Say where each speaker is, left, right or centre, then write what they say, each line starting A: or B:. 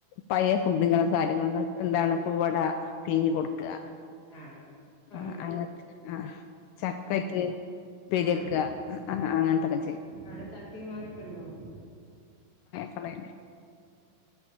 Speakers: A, on the left; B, on the left.
A: പഴയ ഫുഡ് ഇങ്ങനും കാര്യങ്ങള- എന്താണ് പൂവട പീങ്ങി കൊടുക്കുക
B: ആഹ് ആഹ്
A: ആഹ
B: ആഹ്
A: അ ആഹ് ചക്കറ്റ് ഉപെരിക
B: ആഹ്
A: ആ അങ്ങനത്തെക്കെ
B: അവിടെ ചക്കയും മാങ്ങയുക്കെ ഉണ്ടോ
A: ഇപ്പളെ